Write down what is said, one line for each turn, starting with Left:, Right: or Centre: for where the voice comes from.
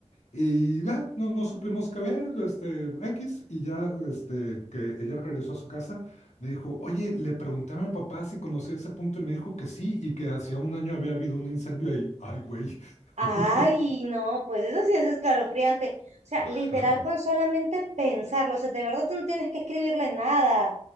Left: Y ya, no, no supimos qué ver, este, X, y ya, este, que ella regresó a su casa, me dijo, oye, le pregunté a mi papá si conocía ese punto y me dijo que sí y que hacía un año había habido un incendio ahí. Ay, güey.
Right: Ay,
Left: <laughs>
Right: no, pues eso sí es escalofriante. O sea,
Left: Ajá.
Right: literal con solamente pensarlo. O sea, de verdad tú no tienes que escribirle nada.